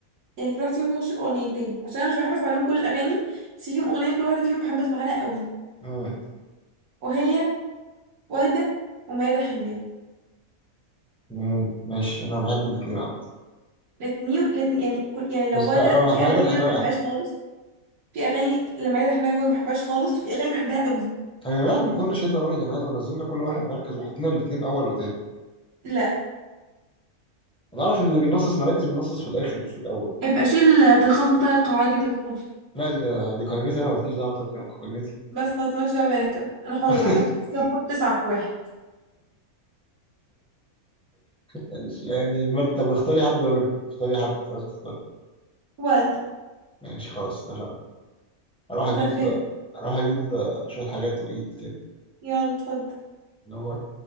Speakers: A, on the right; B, in the centre.
A: يعني كل واحد فيهم يخش بأغنيتين عشان أنا مش بحب أسمع لهم كل الأغاني بس فيهم أغنية كل واحدة فيهم بحب أسمع لها قوي
B: مم.
A: وهي وردة وميادة الحناوي
B: مم. ماشي أنا بحب الاتنين عامة
A: الاتنين الاتنين يعني كل يعني لو
B: بس
A: وردة
B: آه،
A: في
B: ميادة
A: أغاني
B: الحناوي
A: كده ما بحبهاش
B: احلى
A: خالص في أغاني لميادة الحناوي برضه ما بحبهاش خالص وفي أغاني بحبها قوي
B: طب يا جماعه ما كنا شلنا رامي جمال ونزلنا كل واحد مركز وحطينا الاثنين اول وتاني
A: لا
B: انا اعرف ان اللي بينصص مراكز بينصص في الاخر مش في الاول
A: يبقى شيل طرقان طرق العربي طرقان
B: لا دي دي قيمتي انا مالكيش دعوه بتاعتك قيمتي
A: بس خلاص مالكش دعوة بيا أنا كمان أنا حرة
B: <laughs>
A: بقى أحط أحط تسعة في واحد
B: ماشي يعني مر- طب اختاري حد ما بينهم اختاري حد لازم تختاري
A: وردة
B: ماشي خلاص اتفقنا هروح
A: كتر
B: اجيب
A: خير
B: هروح اجيب شويه حاجات واجيلك
A: يلا اتفضل
B: تاني